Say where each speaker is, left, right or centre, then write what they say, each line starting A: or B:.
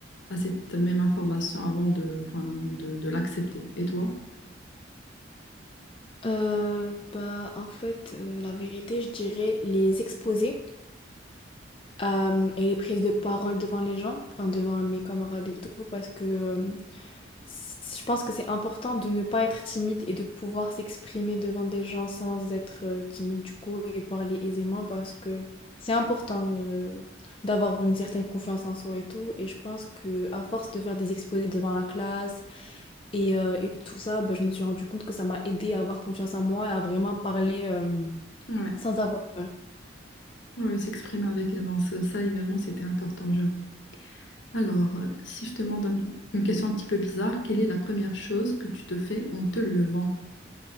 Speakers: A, on the left; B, on the left.
A: à cette même information avant de, enfin, de, de l'accepter. Et toi?
B: Euh, bah, en fait, euh, la vérité, je dirais les exposés euh, et les prises de parole devant les gens, enfin devant mes camarades et tout, parce que euh, c- je pense que c'est important de ne pas être timide et de pouvoir s'exprimer devant des gens sans être euh, timide du coup et parler aisément parce que c'est important euh, d'avoir une certaine confiance en soi et tout. Et je pense que à force de faire des exposés devant la classe et, euh, et tout ça, ben, je me suis rendu compte que ça m'a aidé à avoir confiance en moi et à vraiment parler euh,
A: Ouais,
B: sans avoir peur.
A: ouais, s'exprimer avec aisance, ça également c'était important, j'avoue. Alors, euh, si je te demande un- une question un petit peu bizarre, quelle est la première chose que tu te fais en te levant?